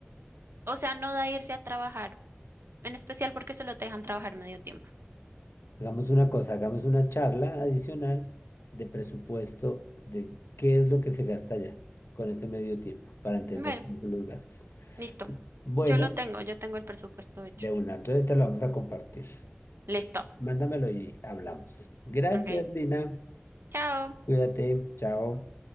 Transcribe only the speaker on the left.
Hagamos una cosa, hagamos una charla adicional de presupuesto de qué es lo que se gasta allá con ese medio tiempo para entender
cómo son los gastos.
Bueno,
de una, entonces te lo vamos a compartir.
Mándamelo y hablamos. Gracias,
Dina.
Cuídate, chao.